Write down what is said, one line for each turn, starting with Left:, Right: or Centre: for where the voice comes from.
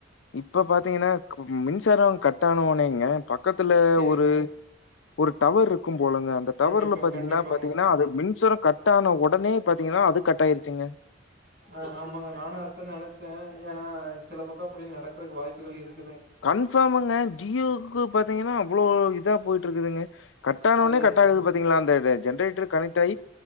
Left: இப்ப பாத்தீங்கன்னா மின்சாரோ கட்டோனு நீங்க பக்கத்துல
Right: சரிங்க.
Left: ஒரு ஒரு டவர் இருக் கும் போலங்க அந்த
Right: கண்டிப்பா,
Left: டவருல பாத்தீங்கன்னா
Right: கண்டிப்பாங்க.
Left: பாத்தீங்கன்னா அது மின்சாரோ கட் ஆன ஒடனே பாத் டீங்கன்னா அது கட் ஆயிருச்சுங்க
Right: ஆ ஆமாங்க நானு அதுதா நெனச்ச ஏனா சில பக்கோ அப்டி நடக்குறக்கு வாய்ப்புகள் இருக்
Left: கன்ஃபாமுங்க ஜியோக்கு பாத்தீங்கன்னா அவ்ளோ இதா போயிட்ருக்குதுங்க கட்டானோனே
Right: அது
Left: கட் ஆகுது பாத்தீங்களா அந்த ஜென்ரேட்டர் கனெக்ட் ஆயி